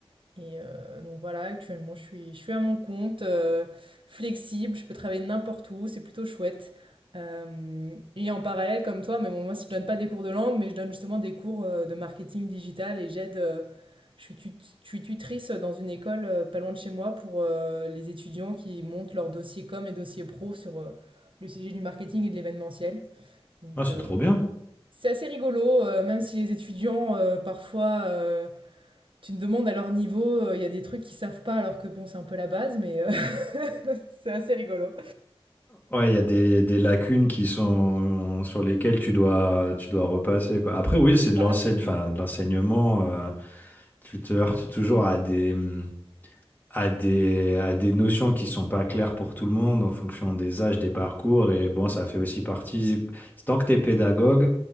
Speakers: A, on the right (about 55°); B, on the left (about 20°).
A: Et heu, donc voilà, actuellement, je suis je suis à mon compte, heu, flexible, je peux travailler n'importe où, c'est plutôt chouette. Hem et en parallèle, comme toi, mais bon, moi, si je donne pas des cours de langue, mais je donne justement des cours, heu, de marketing digital et j'aide, heu, je suis tut je suis tutrice dans une école, heu, pas loin de chez moi pour, heu, les étudiants qui montent leur dossier com et dossier pro sur, heu, le sujet du marketing et de l'événementiel. Donc
B: Ah, c'est
A: heu,
B: trop bien.
A: c'est assez rigolo, heu, même si les étudiants, heu, parfois, heu, tu te demandes à leur niveau, euh, il y a des trucs qu'ils savent pas alors que bon, c'est un peu la base, mais euh, <laughs> c'est assez rigolo.
B: Ouais, il y a des, des lacunes qui sont euh, sur lesquelles tu dois, tu dois repasser, quoi. Après, oui, c'est de
A: Bah,
B: l'enseigne, enfin, de l'enseignement. euh, tu te heurtes toujours à des, mmh, à des, à des notions qui sont pas claires pour tout le monde en fonction des âges, des parcours. Et bon, ça fait aussi partie, tant que tu es pédagogue